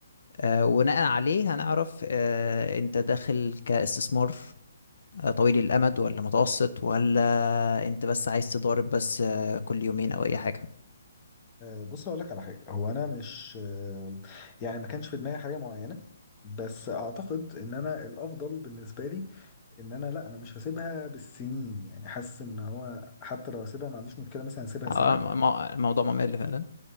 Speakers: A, on the left; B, on the left.
A: آه وبناء عليه هنعرف آه انت داخل كاستثمار آه، طويل الامد ولا متوسط ولا انت بس عايز تضارب بس آه كل يومين او اي حاجة
B: آه، بص اقول لك على حاجه هو انا مش آه، يعني ما كانش في دماغي حاجه معينه بس اعتقد ان انا الافضل بالنسبه لي ان انا لا انا مش هسيبها بالسنين يعني حاسس ان هو حتى لو هسيبها ما عنديش مشكله مثلا هسيبها سنه
A: آه، م- م- الموضوع ممل فعلا